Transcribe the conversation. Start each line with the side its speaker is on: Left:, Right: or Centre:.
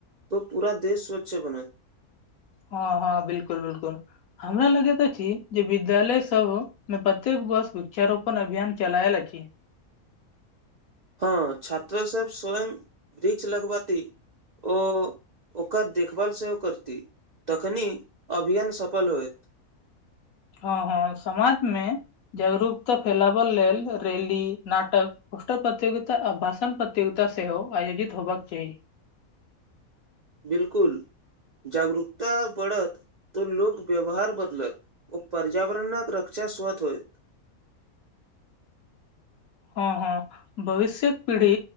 Right: तो पूरा देश स्वच्छ बनत
Left: हँ हँ बिलकुल बिलकुल हमरा लगैत अछी जे विद्यालय सब मैं प्रत्येक वर्ष वृक्षारोपण अभियान चलायल अछि
Right: हँ छात्र सब स्वयं वृक्ष लगवती ओ ओकर देखभाल सेहो करती तखनी अभियान सफल होयत
Left: हँ हँ समाज मे जागरूकता फैलाव लेल रैली नाटक पुस्तक प्रतियोगिता आ भाषण प्रतियोगिता सेहो आयोजित होबाक चाही
Right: बिलकुल जागरूकता बढ़त तो लोक व्यवहार बदलत ओ पर्यावरणक रक्षा स्वत होयत
Left: हँ हँ भविष्य्यक पीढ़ी